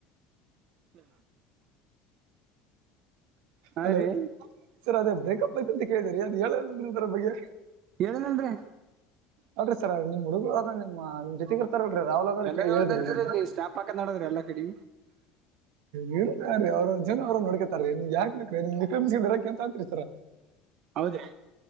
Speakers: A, on the right; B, on the right.
A: ಹ್ಮ ಹಾ
B: ಹಲೋ
A: ರೀ
B: ಸರ್ ಅದೇ ಬ್ರೇಕಪ್ ಐತ ಅಂತ ಕೇಳಿದಿರಿ ಅದ ಹೇಳರಿಂತರ ಬಗ್ಗೆ
A: ಹೇಳಏನನ್ರಿ
B: ಅೌದ್ರೀ ಸರ್ ನಿಮ್ಮ್ ಹುಡುಗರು ಅದ ನಿಮ್ಮ ನಿ ಜೊತೆಗರ್ ನಾವಲಾದ್ರರು
A: ಎಲ್ಲರೂ
B: ಹೇಳಿದ್ರಿಂದ
A: ಒಂದಂತಿದ್ರಿ ಇಲ್ಲಿ ಸ್ಟಾಪ್ ಹಾಕದ್ ನೋಡದ್ರಿ ಎಲ್ಲಾ ಕಡೆ
B: ಹೇಳತಾರೆ ಅವ್ರಂದ ಜನ ಅವ್ರ ನಡಕ ನಿಮ್ ಯಾಕ್ ಬ್ರ ನಿ <unintelligible> ಕಂತಂತತರ
A: ಹೌದ್ರಿ